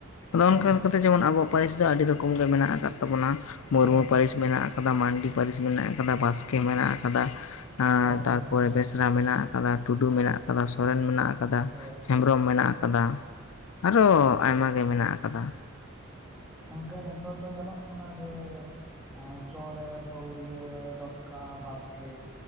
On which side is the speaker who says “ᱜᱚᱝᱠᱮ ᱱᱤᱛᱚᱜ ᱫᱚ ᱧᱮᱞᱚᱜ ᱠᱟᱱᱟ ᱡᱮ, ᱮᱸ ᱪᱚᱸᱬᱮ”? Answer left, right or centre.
Centre